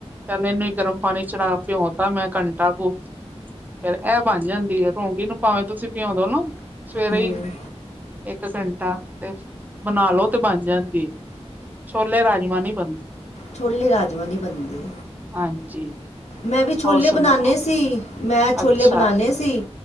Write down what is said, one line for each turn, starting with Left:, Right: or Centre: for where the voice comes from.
Right: ਚੱਲ ਇਹਨੇ ਗਰਮ ਪਾਣੀ ਚੜਾ ਕੇ ਭਿਉ ਤਾ ਮੈਂ ਘੰਟਾ ਕੋ, ਫਿਰ ਇਹ ਬਣ ਜਾਂਦੀ ਹੈ ਰੋਂਗੀ ਨੂੰ ਭਾਵੇਂ ਤੁਸੀਂ ਭਿਉ ਦੋ ਨਾ, ਸਵੇਰੇ
Left: ਹੂੰ
Right: ਹੀ, ਇੱਕ ਘੰਟਾ, ਤੇ ਬਣਾ ਲੋ ਤੇ ਬਣ ਜਾਂਦੀ। ਛੋਲੇ ਰਾਜਮਾਂ ਨੀ ਬਣਦੇ,
Left: ਛੋਲੇ ਰਾਜਮਾਂ ਨਹੀਂ ਬਣਦੇ।
Right: ਹਾਂਜੀ।
Left: ਮੈਂ ਵੀ ਛੋਲੇ
Right: ਹੋਰ ਸੁਣਾਓ
Left: ਬਣਾਨੇ ਸੀ, ਮੈਂ ਛੋਲੇ
Right: ਅੱਛਾ
Left: ਬਣਾਨੇ ਸੀ।